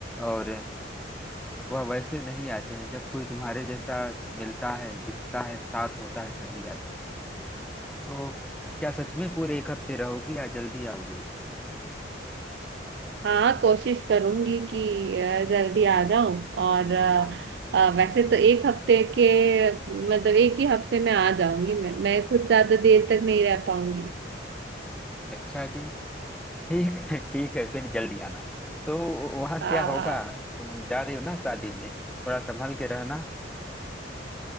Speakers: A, in the centre; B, on the right.
A: और वह वैसे नहीं आते हैं जब कोई तुम्हारे जैसा मिलता है दिखता है साथ होता है तभी आते हैं तो क्या सच में पूरे एक हफ्ते रहोगी या जल्दी आओगी
B: हाँ कोशिश करूंगी कि अ, जल्दी आ जाऊं और अ,
A: हाँ
B: अ, वैसे तो एक हफ्ते के मतलब एक ही हफ्ते में आ जाऊंगी मैं मैं खुद ज्यादा देर तक नहीं रह पाऊंगी
A: अच्छा जी ठीक है ठीक है फिर जल्दी आना तो वहाँ
B: आ,
A: क्या होगा तुम जा रही हो ना शादी में थोड़ा संभल के रहना